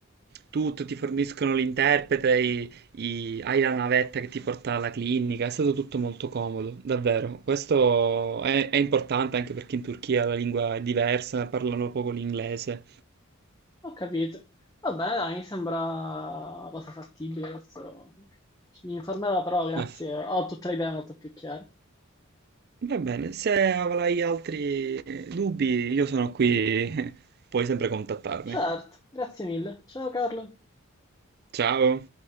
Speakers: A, on the right (about 50°); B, on the left (about 15°).
A: tutto, ti forniscono l'interprete, i- hai la navetta che ti porta alla clinica, è stato tutto molto comodo, davvero. Questo è, è importante anche perché in Turchia la lingua è diversa, parlano poco l'inglese.
B: Ho capito. Vabbè, dai, mi sembra una cosa fattibile. Adesso mi informerò, però grazie.
A: Ah, f-
B: Ho tutte le idee molto più chiare.
A: Va bene, se avrai altri eh, dubbi, io sono qui, <laughs> puoi sempre contattarmi.
B: Certo, grazie mille. Ciao Carlo.
A: Ciao!